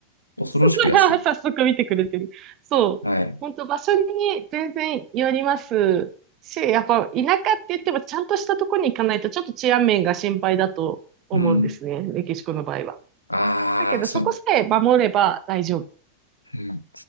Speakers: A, on the left; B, on the right.
A: 恐ろしく安い。
B: <laughs> 早速見てくれてる。そう。
A: はい。
B: 本当場所に全然よりますし、やっぱ田舎って言ってもちゃんとしたところに行かないとちょっと治安面が心配だと思うんですね。
A: うん。
B: メキシコの場合は。
A: ああ、
B: だけど、
A: そう。
B: そこさえ守れば大丈夫
A: うん。